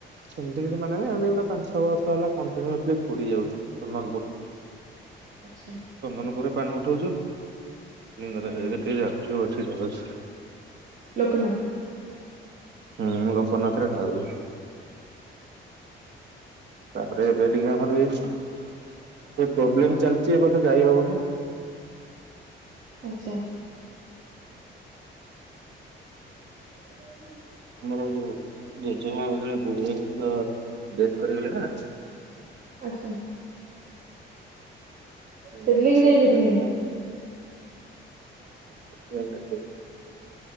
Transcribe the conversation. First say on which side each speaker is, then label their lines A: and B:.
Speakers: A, on the right; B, on the right.
A: ସେମିତି କିିଛି ମାନେ ନାହିଁ। ଆମେ ଗୋଟେ ପାଞ୍ଚ ଛଅ ବର୍ଷ ହେଲା କଣ୍ଟିନ୍ୟୁସଲି ପୁରୀ ଯାଉଛୁ ଚନ୍ଦନପୁର।
B: ଆଚ୍ଛା।
A: ଚନ୍ଦନପୁରରେ ପାଣି ଉଠୋଉଛୁ। ଲିଙ୍ଗରାଜ
B: ଆଜ୍ଞା
A: ହେଠୀ <unintelligible> ଢାଳୁଛୁ।
B: ଲୋକନାଥ
A: ହୁଁଁ ଲୋକନାଥରେ ଢାଳୁଚୁ। ତାପରେ ଏବେ ଟିକେ ଆମର ବି ପ୍ରୋବ୍ଲେମ ଚାଲିଛି ଏ ବର୍ସ ଯାଇ ହବନି।
B: ଆଚ୍ଛା। <inaudible>
A: ଆମର ଯୋଉ ଜେଜେମାଉ ଜଣେ ବୁଢୀ ତ ଡେଥ କରିଗଲେ ନା
B: ଆଚ୍ଛା।
A: ହଁ
B: ସେଥିଲାଗି
A: ସେଥିପାଇ
B: ଯାଇପାରିବେନି
A: ହଁ ସୋଇ